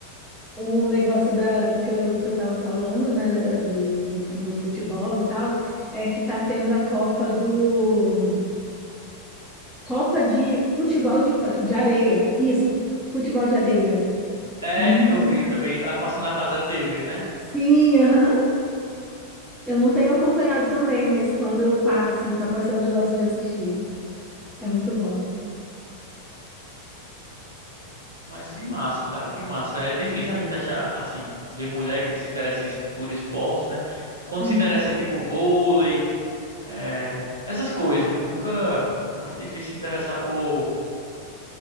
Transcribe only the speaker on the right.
É,
eu vi também. ah, Passando na casa da TV, né?
Mas que massa, cara, que massa. É difícil a gente achar, assim, ver mulher que se interessa em- por esporte, né? Quando
se interessa é tipo vôlei, é, essas coisas. Nunca. É muito difícil se interessar por,